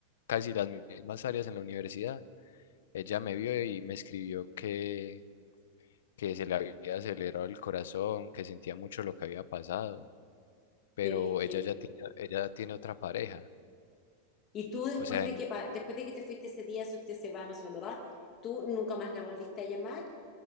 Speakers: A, on the left (about 70°); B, on the left (about 20°).
A: casi las mismas áreas en la universidad. Ella me vio y me escribió que, que se le había acelerado el corazón, que sentía mucho lo que había pasado, pero
B: pero es que,
A: ella ya tiene, ella tiene otra pareja.
B: y tú después
A: O sea,
B: de
A: en-
B: que, pa- después de que te fuiste ese día, si usted se va, no se va, ¿verdad? Tú nunca más la volviste a llamar,